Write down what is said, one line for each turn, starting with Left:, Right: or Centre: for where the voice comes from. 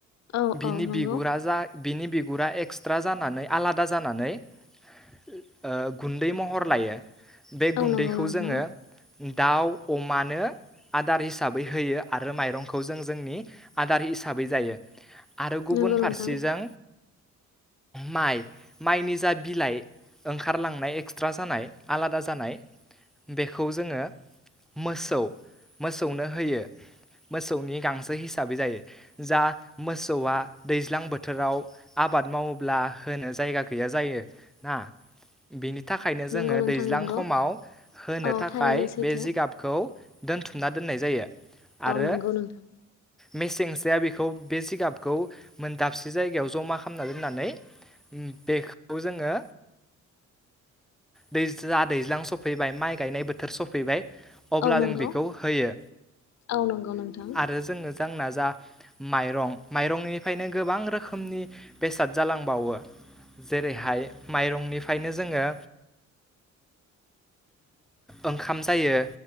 Left: औ
Centre: बिनि
Left: औ नंगौ।
Centre: बिगुरा जा बिनि बिगुरा एक्सट्रा जानानै आलादा जानानै ओ गुन्दै महर लायो। बे
Left: औ
Centre: गुन्दैखौ
Left: नंगौ नोंथां
Centre: जोङो दाउ अमानो आदार हिसाबै होयो आरो माइरंखौ जों जोंनि आदार हिसाबै जायो। आरो गुबुन
Left: नंगौ
Centre: फारसेजों
Left: नोंथां
Centre: माइ माइनि जा बिलाइ ओंखारलांनाय एक्सट्रा जानाय आलादा जानाय बेखौ जोङो मोसौ मोसौनो होयो मोसौनि गांसो हिसाबै जायो जा मोसौआ दैज्लां बोथोराव आबाद मावोब्ला होनो जायगा गैया जायो ना बिनि थाखायनो जोङो
Left: नंगौ नोंथां
Centre: दैज्लां
Left: नंगौ
Centre: खमाव होनो
Left: औ
Centre: थाखाय
Left: थारैनो सैथो
Centre: बे जिगाबखौ दोनथुमना दोननाय जायो आरो
Left: औ नंगौ नोंथां
Centre: मेसेंसेआ बेखौ बे जिगाबखौ मोन दाबसे जायगायाव जमा खालामना दोननानै उम बेखौ जोङो दै जा दैज्लां सफैबाय माइ गायनाय बोथोर सफैबाय अब्ला
Left: औ नंगौ
Centre: जों बेखौ होयो
Left: औ नंगौ नोंथां
Centre: आरो जोङो जोंना जा माइरं माइरंनि फायनो बेनिनो गोबां रोखोमनि बेसाद जालांबावो जेरैहाय माइरंनिफ्रायनो जोङो ओंखाम जायो